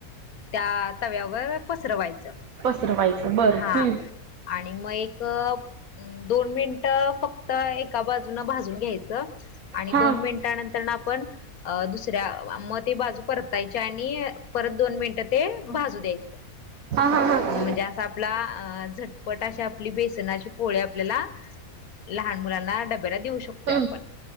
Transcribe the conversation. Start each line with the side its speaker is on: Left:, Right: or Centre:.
Left: त्या तव्यावर पसरवायचं.
Right: पसरवायचं बरं
Left: हा
Right: हम्म
Left: आणि मग एक दोन मिनिट फक्त एका बाजून भाजून घ्यायचं आणि दोन
Right: हा
Left: मिन मिनिटानंतर न आपण अ दुसऱ्या मग ते बाजू परतायच्या आणि परत दोन मिनिटं ते भाजू द्यायचं.
Right: हा हा हा
Left: म्हणजे असं आपला झटपट अशी आपली बेसनाची पोळ्या आपल्याला लहान मुलांना डब्याला देऊ शकतोय
Right: हम्म
Left: आपण